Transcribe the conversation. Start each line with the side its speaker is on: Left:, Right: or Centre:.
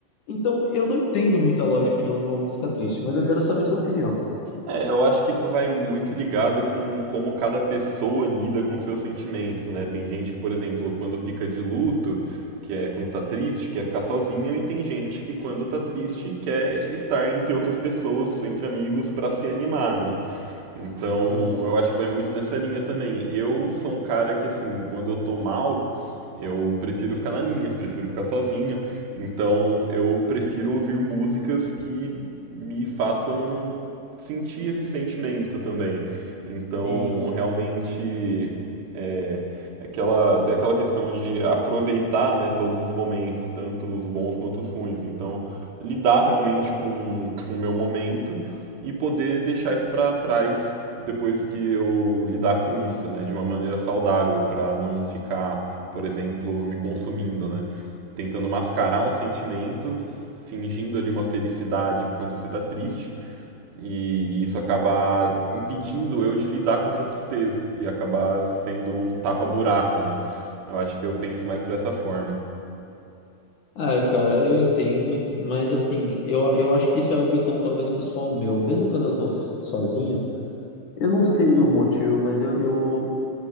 Left: Então, eu não entendo muita lógica de uma música triste, mas eu quero saber a sua opinião.
Right: É, eu acho que isso vai muito ligado com como cada pessoa lida com seus sentimentos, né? Tem gente que, por exemplo, quando fica de luto, que é quando tá triste, quer ficar sozinho, e tem gente que, quando tá triste, quer estar entre outras pessoas, entre amigos, pra se animar, né? Então,
Left: Sim,
Right: eu acho que vai muito nessa linha também. Eu sou um cara que, assim, quando eu tô mal, eu prefiro ficar na minha, prefiro ficar sozinho. Então, eu prefiro ouvir músicas que me façam sentir esse sentimento também. Então,
Left: sim.
Right: realmente, é, é aquela, até aquela questão de aproveitar, né, todos os momentos, tanto os bons quanto os ruins. Então, lidar realmente com, com o meu momento e poder deixar isso para trás depois que eu lidar com isso, né, de uma maneira saudável, para não ficar, por exemplo, me consumindo, né, tentando mascarar um sentimento, fingindo ali uma felicidade enquanto você está triste e isso acabar impedindo eu de lidar com essa tristeza e acabar sendo um tapa-buraco, né? Eu acho que eu penso mais por essa forma.
Left: Ah, cara, eu entendo, mas assim, eu, eu acho que isso é algo então talvez pessoal meu. Mesmo quando eu tô f- sozinho, eu não sei o motivo, mas eu, eu